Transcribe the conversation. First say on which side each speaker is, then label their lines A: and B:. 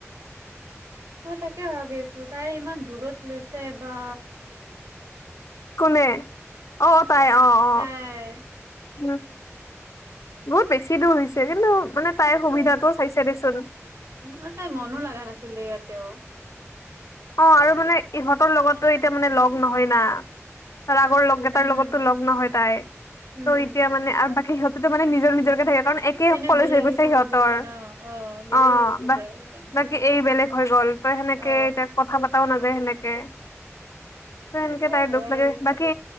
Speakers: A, on the right; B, on the left.
A: মই তাকে ভাবি আছো তাই ইমান দূৰত লৈছে বা
B: কোনে অ পাই অ অ
A: তাই
B: উম বহুত বেছি দূৰ হৈছে কিন্তু মানে তাইৰ
A: স
B: সুবিধাটো চাইছে দেচোন
A: অ তাই মনো লগা নাছিলে ইয়াতেও
B: অ আৰু মানে ইহঁতৰ লগতো এতিয়া মানে লগ নহয় না তাৰ আগৰ লগ এটাৰ
A: উম
B: লগতো লগ নহয় তাই
A: উম
B: ত' এতিয়া মানে আৰু বাকী সিহত তে মে নিজৰ নিজৰ থাকে কাৰণ একেই
A: এনে
B: খলেজ
A: বেলেগ
B: হৈ গৈছে
A: হিচাপত
B: সিহঁতৰ
A: গৈছে ন অ বেলেগ
B: অ
A: হৈ গৈছে যে সেইকাৰণে
B: বাকী এই বেলেগ হৈ গ'ল তই সেনেকে
A: অ
B: এতিয়া পতাও নাযায় সেনেকে ত
A: সেইটো
B: সেনেকে তাইৰ
A: হয়
B: দুখ লাগে
A: কি
B: বাকী